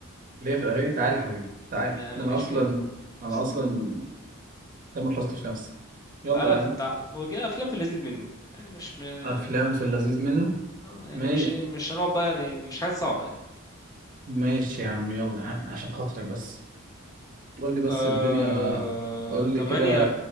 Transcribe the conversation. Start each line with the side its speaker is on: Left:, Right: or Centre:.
Right: اللي هي في الاغاني؟ تعالى يا حبيبي تعالى
Left: لا، انا
Right: ده
Left: ماشي
Right: انا اصلا
Left: فيها
Right: انا
Left: استنى
Right: اصلا تامر حسني في نفسي يلا
Left: تعالى
Right: يا
Left: في...
Right: عم
Left: تع... في جاي افلام في اللذيذ منه يعني مش م... آه،
Right: افلام في اللذيذ منه
Left: يعني
Right: ما...
Left: مش ايه مش هنقعد بقى يعني مش حاجات صعبه يعني
Right: ماشي يا عم يلا يا عم عشان خاطرك بس قول لي بس
Left: آه...
Right: الدنيا قول لي
Left: 8
Right: كده